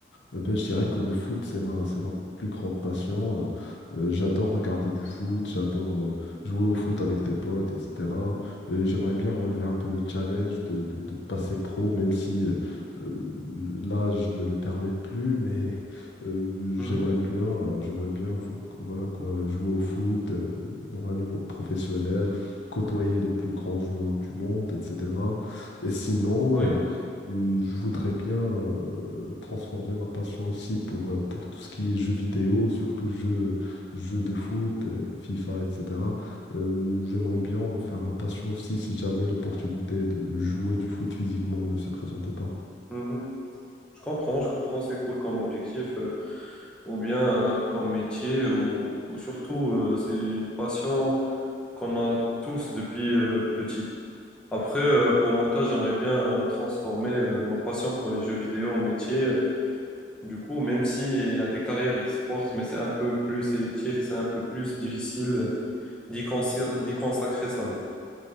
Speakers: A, on the left; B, in the centre.
A: Euh, ben, je dirais que le foot, c'est ma, c'est ma plus grande passion. Euh, j'adore regarder du foot, j'adore euh, jouer au foot avec des potes, etc. Et j'aimerais bien relever un peu le challenge de, de- de passer pro, même si euh, euh, l'âge ne le permet plus, mais euh,
B: mhm,
A: j'aimerais bien, j'aimerais bien, faut que- voilà quoi, jouer au foot euh, dans un niveau professionnel, côtoyer les plus grands joueurs du monde, etc. Et sinon,
B: oui.
A: euh, je voudrais bien euh, transformer ma passion aussi pour, euh, pour tout ce qui est jeux vidéo, surtout jeux, jeux de foot, euh, FIFA, etc. Euh, j'aimerais bien en faire ma passion aussi si jamais l'opportunité de jouer du foot physiquement ne se présente pas.
B: mhm. Je comprends, je comprends, c'est cool comme objectif, euh, ou bien euh, comme métier, ou, ou surtout, euh, c'est une passion qu'on a tous depuis euh, petit. Après, euh, pour mon cas, j'aimerais bien euh, transformer euh, ma passion pour les jeux vidéo en métier. Euh, Du coup, même si il y a des carrières e-sports, mais c'est un peu plus sélectif et c'est un peu plus difficile euh, d'y consi- d'y consacrer sa vie.